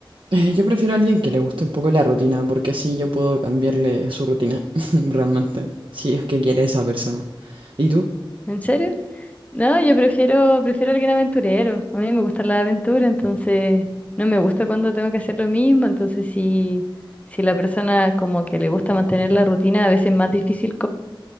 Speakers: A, on the right; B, on the left.
A: Eh, yo prefiero a alguien que le guste un poco la rutina, porque así yo puedo cambiarle su rutina, <laughs> realmente, si es que quiere esa persona. ¿Y tú?
B: ¿En serio? No, yo prefiero, prefiero alguien aventurero. A mí me gusta la aventura, entonces no me gusta cuando tengo que hacer lo mismo. Entonces, si, si la persona como que le gusta mantener la rutina, a veces es más difícil